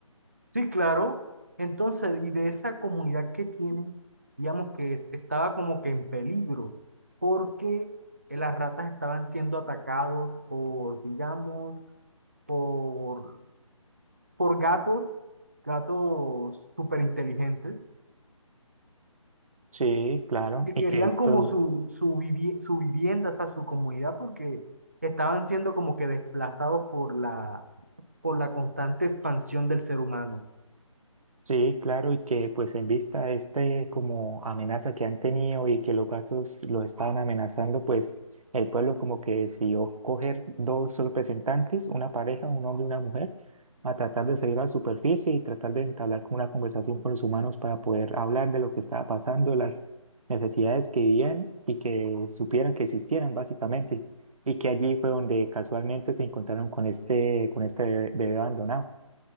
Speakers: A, on the right; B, on the right.
A: Sí, claro. Entonces, y de esa comunidad que tienen, digamos que es- estaba como que en peligro, porque eh, las ratas estaban siendo atacados por, digamos, por, por gatos, gatos súper inteligentes,
B: Sí, claro.
A: que
B: Y
A: querían
B: que estos
A: como su, su, vivi- su vivienda, o sea, su comunidad, porque estaban siendo como que desplazados por la por la constante expansión del ser humano.
B: Sí, claro, y que pues en vista de este como amenaza que han tenido y que los gatos los estaban amenazando, pues el pueblo como que decidió coger dos representantes, una pareja, un hombre y una mujer, a tratar de seguir a la superficie y tratar de entablar como una conversación con los humanos para poder hablar de lo que estaba pasando, las necesidades que vivían y que supieran que existieran básicamente. Y que allí fue donde casualmente se encontraron con este, con este bebé abandonado.